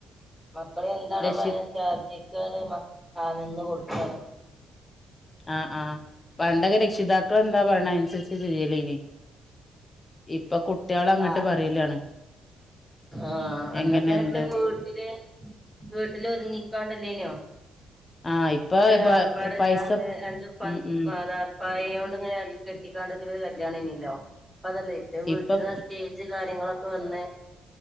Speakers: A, in the centre; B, on the left (about 25°).
A: മക്കള് എന്താണോ
B: രക്ഷി
A: പറിണ <unintelligible> ക്കാണ് മ ആഹ് നിന്ന് കൊട്ക്കാണ്.
B: ആഹ് ആഹ്. പണ്ടൊക്കെ രക്ഷിതാക്കള് എന്താ പറിണെ അയ്നൻസര്ച്ച് ചെയ്യലേനി. ഇപ്പൊ കുട്ട്യാളങ്ങട്ട്
A: ആഹ്
B: പറയലാണ്.
A: ആഹ്, അന്നൊക്കേർഞ്ഞ
B: എങ്ങനെ എന്ത്
A: പിന്നെ വീട്ടില് വീട്ടില് ഒതുങ്ങിക്കാണ്ടല്ലേന്യോ.
B: ആഹ് ഇപ്പൊ
A: വല്യൊരാർഭാടല്ലാതെ
B: പ പൈസ
A: <unintelligible>
B: ഉം ഉം
A: പായോണ്ട്ങ്ങനെ അടീകെട്ടിക്കാണ്ടൊക്കൊര് കല്ല്യാണേന്യെല്ലോ. ഇപ്പതല്ല, ഇപ്പ വീട്ടില്
B: ഇപ്പം
A: സ്റ്റേജ് ജ്ജ് കാര്യങ്ങളൊക്കെ വന്ന്േ.